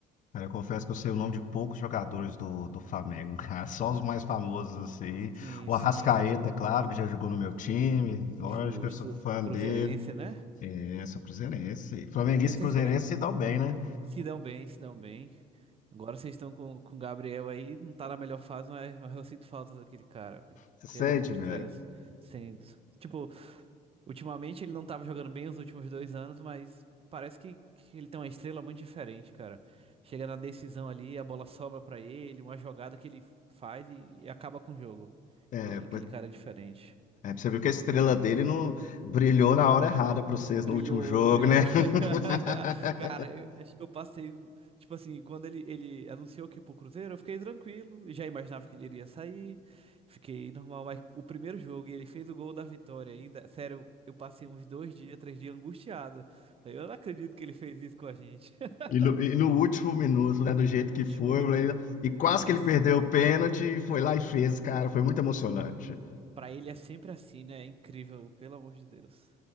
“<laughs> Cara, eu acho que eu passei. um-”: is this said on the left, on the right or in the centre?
Right